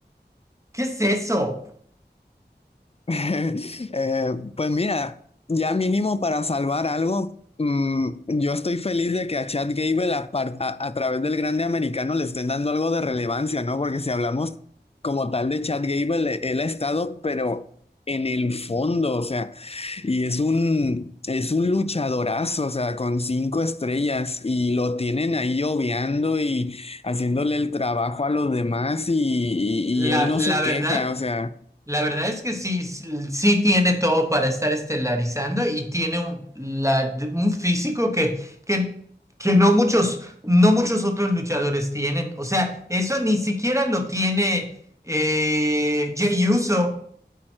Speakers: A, on the right (about 15°); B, on the left (about 35°).
A: ¿Qué es eso?
B: <laughs> Eh, pues mira, ya mínimo para salvar algo, mm, yo estoy feliz de que a Chad Gable a, par- a- a través del grande americano le estén dando algo de relevancia, ¿no? Porque si hablamos como tal de Chad Gable, eh, él ha estado, pero en el fondo, o sea, y es un, es un luchadorazo, o sea, con cinco estrellas y lo tienen ahí obviando y haciéndole el trabajo a los demás y, y
A: La,
B: y él no
A: la
B: se queja,
A: verdad.
B: o sea.
A: La verdad es que sí, sí sí tiene todo para estar estelarizando y tiene un, la- un físico que, que, que no muchos, no muchos otros luchadores tienen. O sea, eso ni siquiera lo tiene eh, Jey Uso.